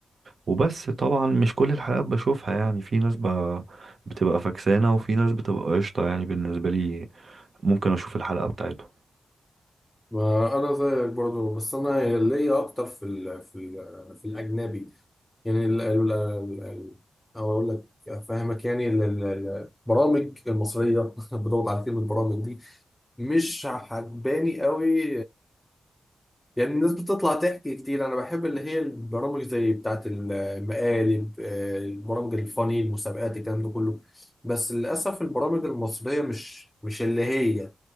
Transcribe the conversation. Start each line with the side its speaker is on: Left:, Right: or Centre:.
Right: وبس طبعا مش كل الحلقات بشوفها يعني في ناس ب... بتبقى فكسانة وفي ناس بتبقى قشطة يعني بالنسبة لي ممكن اشوف الحلقة بتاعته
Centre: ما انا زيك برضو بس انا ليا اكتر في ال في ال في الاجنبي يعني ال ال ال ال- او اقول لك افهمك يعني ال- ال- ال- البرامج المصريه <laughs> بدور على كلمه البرامج دي مش عجباني قوي يعني الناس بتطلع تحكي كتير انا بحب اللي هي البرامج زي بتاعه المقالب آه، البرامج الفاني المسابقات الكلام ده كله بس للاسف البرامج المصريه مش مش اللي هي